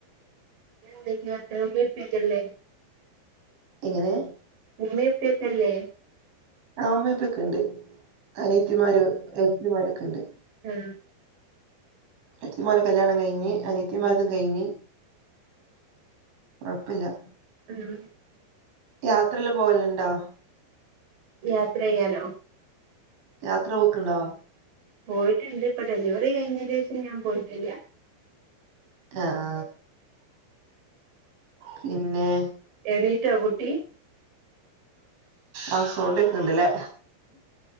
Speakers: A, on the right; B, on the right.
A: പിന്നെ ന്തൊക്യെ <unintelligible> ല്ലേ
B: എങ്ങനെ?
A: ഉമ്മയും ഉപ്പായൊക്കെ അല്ലേ
B: ആ ഉമ്മയ് ഉപ്പയോകേണ്ട് അനീത്തിമാര് എട്ടത്തിമാരൊക്കെണ്ട്
A: ആം
B: ഇത്തിമാരെ കല്യാണം കഴിഞ് അനിയ ത്തിമാരേയും കഴിഞ്ഞ് കുഴപ്പല്ല
A: ഉം
B: യാത്രല്ലപോവലുണ്ടോ
A: യാത്ര ചെയ്യാനോ
B: യാത്ര പോക്കുണ്ടോ
A: പോയിട്ട്ണ്ട് ഇപ്പൊ ഡെലിവറി കഴിഞ്ഞതിനു ശേഷം ഞാൻ പോയിട്ടില്ല
B: ആഹ് പിന്നെ
A: എണീറ്റോ കുട്ടി
B: ആ സൗണ്ട് കേക്കണ്ട്ല്ലേ